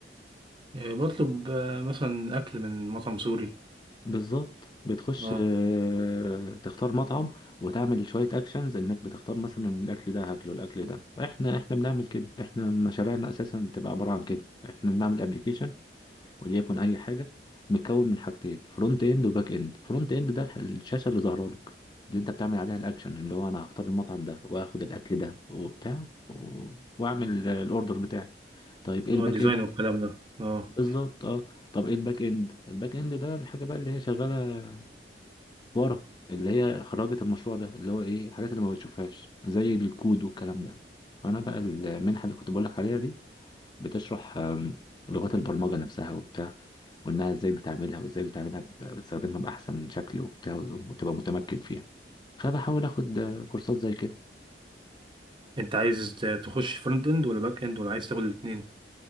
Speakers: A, on the right; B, on the left.
A: آه، بطلب آه، مثلا اكل من مطعم سوري
B: بالظبط بتخش
A: اه
B: اه، تختار مطعم وتعمل شوية اكشنز انك بتختار مثلا الاكل ده هاكله الاكل ده احنا احنا بنعمل كده احنا مشاريعنا اساسا بتبقى عبارة عن كده احنا بنعمل ابلكيشن وليكن اي حاجه متكون من حاجتين فرونت اند وباك اند فرونت اند ده الح- الشاشه اللي ظاهره لك اللي انت بتعمل عليها الاكشن اللي هو انا هختار المطعم ده واخد الاكل ده وبتاع و- واعمل الاوردر بتاعي طيب ايه
A: اه
B: الباك
A: ديزاين
B: اند
A: والكلام ده اه
B: بالظبط اه طب ايه الباك اند الباك اند ده الحاجه بقى اللي هي شغاله ورا اللي هي خرجت المشروع ده اللي هو ايه الحاجات اللي ما بتشوفهاش زي الكود والكلام ده فانا بقى المنحه اللي كنت بقول لك عليها دي بتشرح آم، لغات البرمجة نفسها وبتاع وإنها إزاي بتعملها وإزاي بتعملها ب- بتستخدمها بأحسن شكل وبتاع وتبقى متمكن فيها فبحاول آخد آه، كورسات زي كده
A: انت عايز ت- تخش فرونت اند ولا باك اند ولا عايز تاخد الاثنين